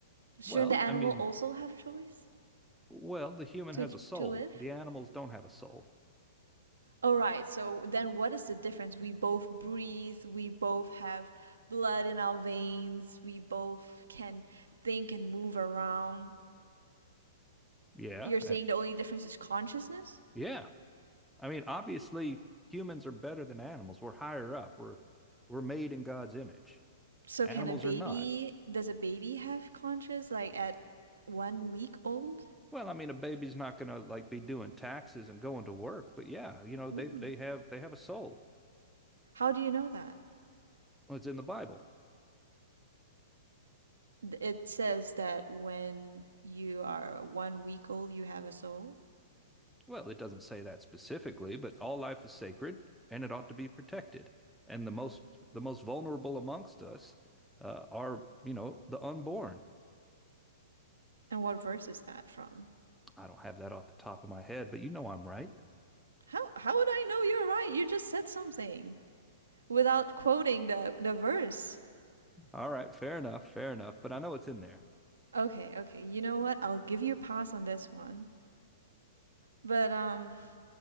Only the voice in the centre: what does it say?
Well,
I mean,
well, the human
has a soul.
The animals don't have a soul.
Yeah.
uh,
yeah. I mean, obviously humans are better than animals. We're higher up. We're we're made in God's image.
Animals
are not.
Well, I mean, a baby's not gonna like be doing taxes and going to work, but yeah, you know, they
they have they have a soul.
Well, it's in the Bible.
Well, it doesn't say that specifically, but all life is sacred and it ought to be protected. And the most the most vulnerable amongst us uh, are, you know, the unborn.
I don't have that off the top of my head, but you know I'm right.
All right, fair enough, fair enough. But I know it's in there.